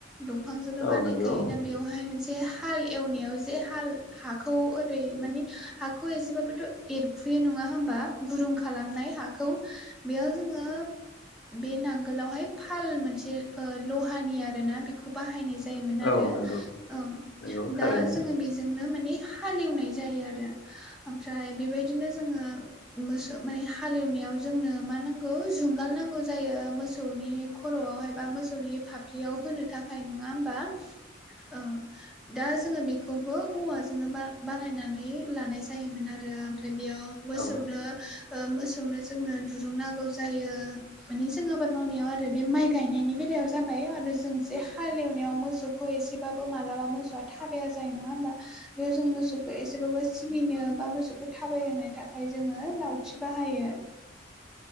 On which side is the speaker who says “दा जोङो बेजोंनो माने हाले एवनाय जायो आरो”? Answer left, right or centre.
Centre